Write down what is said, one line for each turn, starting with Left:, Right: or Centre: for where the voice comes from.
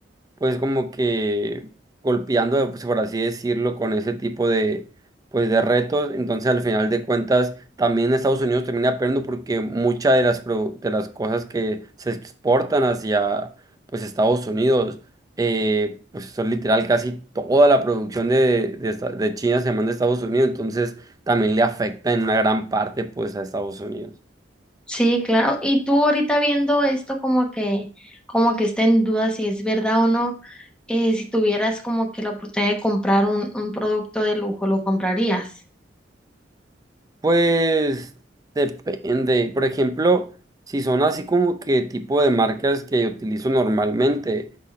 Right: pues como que golpeando, pues por así decirlo, con ese tipo de, pues de retos. Entonces, al final de cuentas, también Estados Unidos termina perdiendo porque muchas de las, pro- de las cosas que se exportan hacia, pues, Estados Unidos, eh, pues son literal casi toda la producción de, de, esta- de China se manda a Estados Unidos. Entonces, también le afecta en una gran parte, pues, a Estados Unidos.
Centre: Sí, claro. Y tú ahorita viendo esto como que, como que está en duda si es verdad o no, eh, si tuvieras como que la oportunidad de comprar un, un producto de lujo, ¿lo comprarías?
Right: Pues depende. Por ejemplo, si son así como que tipo de marcas que utilizo normalmente,